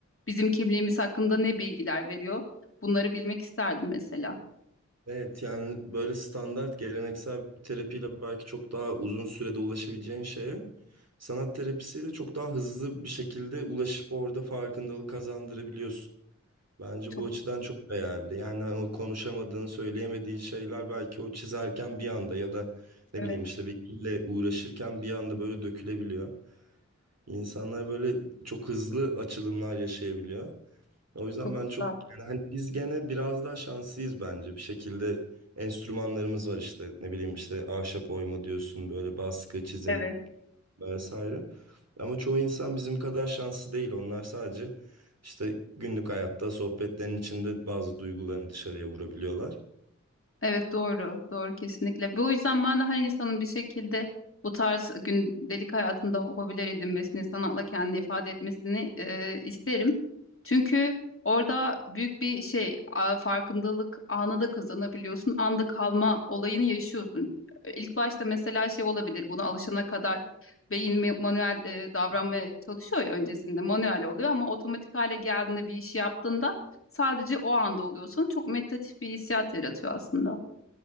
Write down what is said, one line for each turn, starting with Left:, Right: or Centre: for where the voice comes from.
Left: bizim kimliğimiz hakkında ne bilgiler veriyor? Bunları bilmek isterdim mesela.
Right: Evet yani böyle standart geleneksel bir terapiyle belki çok daha uzun sürede ulaşabileceğin şeye sanat terapisiyle çok daha hızlı bir şekilde ulaşıp orada farkındalık kazandırabiliyorsun. Bence
Left: Çok
Right: bu açıdan çok değerli. Yani o konuşamadığın, söyleyemediğin şeyler belki o çizerken bir anda ya da ne
Left: evet
Right: bileyim işte bir kille uğraşırken bir anda böyle dökülebiliyor. İnsanlar böyle çok hızlı açılımlar yaşayabiliyor. O yüzden
Left: çok
Right: ben
Left: güzel.
Right: çok yani hani biz gene biraz daha şanslıyız bence. Bir şekilde enstrümanlarımız var işte ne bileyim işte ahşap oyma diyorsun böyle baskı, çizim
Left: Evet.
Right: vesaire. Ama çoğu insan bizim kadar şanslı değil. Onlar sadece işte günlük hayatta sohbetlerin içinde bazı duygularını dışarıya vurabiliyorlar.
Left: Evet doğru, doğru kesinlikle. Bu yüzden ben de her insanın bir şekilde bu tarz gündelik hayatında hobiler edinmesini, sanatla kendini ifade etmesini e, isterim. Çünkü orada büyük bir şey, a- farkındalık anı da kazanabiliyorsun, anda kalma olayını yaşıyorsun. İlk başta mesela şey olabilir, buna alışana kadar beyin ma- manuel e, davranmaya çalışıyor ya öncesinde, manuel oluyor ama otomatik hale geldiğinde bir işi yaptığında sadece o anda oluyorsun. Çok meditatif bir hissiyat yaratıyor aslında.